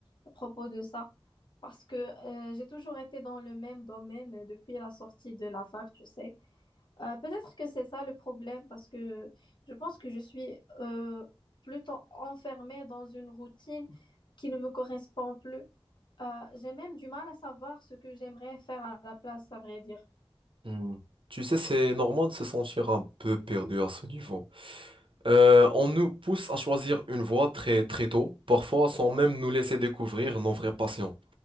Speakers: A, on the left (about 50°); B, on the right (about 60°).
A: à propos de ça, parce que euh, j'ai toujours été dans le même domaine depuis la sortie de la fac, tu sais. Euh, peut-être que c'est ça le problème, parce que je pense que je suis euh, plutôt enfermée dans une routine qui ne me correspond plus. Euh, j'ai même du mal à savoir ce que j'aimerais faire à la place, à vrai dire.
B: Hmm. Tu sais, c'est normal de se sentir un peu perdu à ce niveau. Euh, on nous pousse à choisir une voie très très tôt, parfois sans même nous laisser découvrir nos vraies passions.